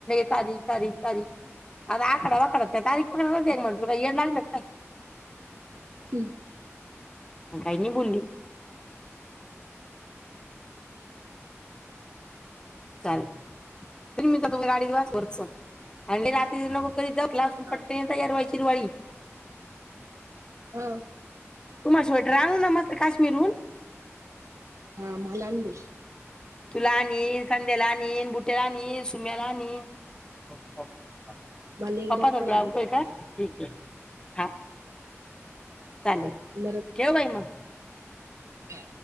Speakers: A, on the left (about 15°); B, on the right (about 75°).
A: तारीख तारीख तारी अ आकड व वाकड तारी मणत का एड लाल म का
B: हम्म
A: काहीनी बोलली चालेल त मी तर तुमच्या गाडीत वाच फोन आणि राात नकला पटक
B: हा
A: तयार हो्हाय शिरवाळी
B: हा
A: तुम्हाला स्वेटर आणू ना मस्त काश्मीरहून
B: हां म लबस
A: तुलानी संदेला न बुटेला न सुमेला नी प्पा
B: मालेगरज
A: कतय
B: पण आहे ना
A: काय हा चालेल
B: असं
A: ठेव भाई म
B: ह